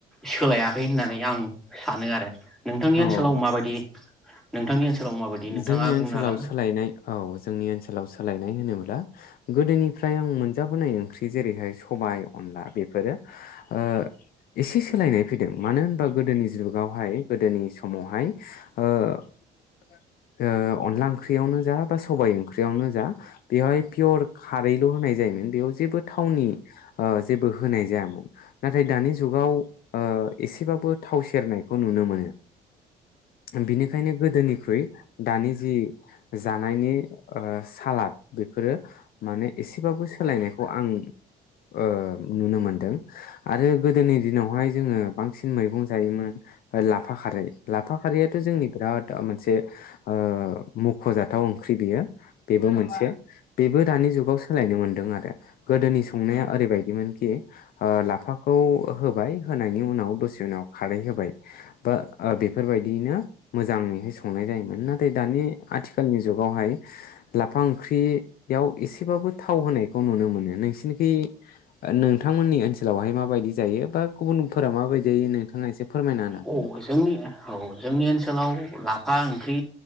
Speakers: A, in the centre; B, on the left.
A: सोलायाखै होननानै आं सानो आरो नोंथांनि
B: औ
A: ओनसोलाव
B: औ
A: माबायदि नोंथांनि ओनसोलाव माबायदि नोंथांङा
B: जोंनि ओनसोलाव
A: बुंनो हागोन ना?
B: सोलायनाय औ जोंनि ओनसोलाव सोलायनाय होनोमोन ब्ला गोदोनिफ्राय आं मोनजाबोनाय ओंख्रि जेरैहाय सबाय अनला बेफोरो ओ एसे सोलायनाय फैदों मानो होन गोदोनि जुगावहाय गोदोनि समावहाय ओ ओ अनला ओंख्रियावनो जा बा सबाय ओंख्रियावनो जा बेवहाय पियर खारैल' होनाय जायोमोन बेयाव जेबो थावनि ओ जेबो होनाय जायामोन। नाथाय दानि जुगाव ओ एसेबाबो थाव सेरनायखौ नुनो मोनो। बेनि खायनो गोदोनिख्रुइ दानि जि जानायनि ओ सालाद बेफोरो माने एसेबाबो सोलायनायखौ आं ओ नुनो मोनदों आरो गोदोनि दिनावहाय जोंङो बांसिन मैगं जायोमोन लाफा खारै लाफा खारैयाथ जोंनि बिराद मोनसे ओ मुख'जाथाव ओंख्रि बेयो बेबो मोनसे बेबो दानि जुगाव सोलायनो मोनदों आरो गोदोनि संनाया ओरैबायदिमोनखि लाफाखौ होबाय होनायनि उनाव दसे उनाव खारै होबाय बा ओ बेफोरबायदियैनो मोजांङैहाय संनाय जायोमोन। नाथाय दानि आथिखालनि जुगावहाय लाफा ओंख्रियाव एसेबाबो थाव होनायखौ नुनो मोनो। नोंसिनिखै नोंथांमोननि ओनसोलावहाय माबायदि जायो बा गुबुनफोरा माबायदि जायो नोंथाङा एसे फोरमायना होनो हागोन
A: औ
B: नामा?
A: जोंनि औ जोंनि ओन सोलाव लाफा ओंख्रि